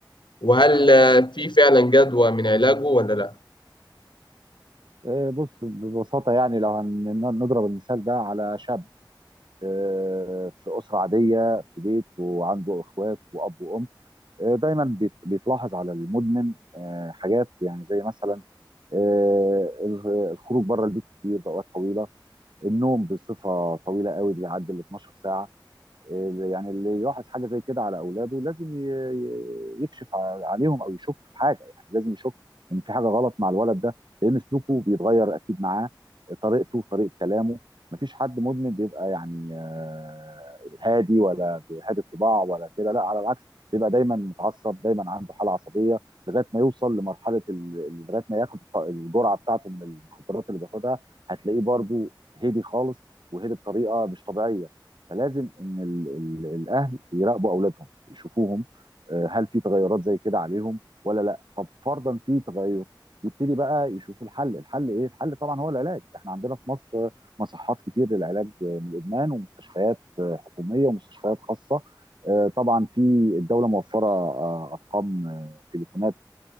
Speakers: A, on the left; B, on the right.
A: وهل آه، في فعلا جدوى من علاجه ولا لا
B: آه، بص ببساطه يعني لو هن- نضرب المثال ده على شاب آه، في اسره عاديه في بيت وعنده اخوات واب وام آه، دايما بيت- بيتلاحظ على المدمن آه، حاجات يعني زي مثلا آه، الخروج بره البيت كتير باوقات طويله النوم بصفه طويله قوي بيعدي ال 12 ساعه يعني اللي يلاحظ حاجه زي كده على اولاده لازم ي- ي- يكشف ع- عليهم او يشك في حاجه يعني لازم يشك ان في حاجه غلط مع الولد ده لان سلوكه بيتغير اكيد معاه طريقته طريقه كلامه مفيش حد مدمن بيبقى يعني آه، هادي ولا هادي الطباع ولا كده لا على العكس بيبقى دايما متعصب دايما عنده حاله عصبيه لغايه ما يوصل لمرحله ال- لغايه ما ياخد الط- الجرعه بتاعته من المخدرات اللي بياخدها هتلاقيه برضو هادي خالص وهادي بطريقه مش طبيعيه فلازم ان ال ال الاهل يراقبوا اولادهم يشوفوهم آه، هل في تغيرات زي كده عليهم ولا لا طب فرضا في تغير يبتدي بقى يشوف الحل الحل ايه الحل طبعا هو العلاج احنا عندنا في مصر آه، مصحات كتير للعلاج آه، من الادمان ومستشفيات آه، حكوميه ومستشفيات خاصه آه، طبعا في الدوله موفره آه، ارقام آه، تليفونات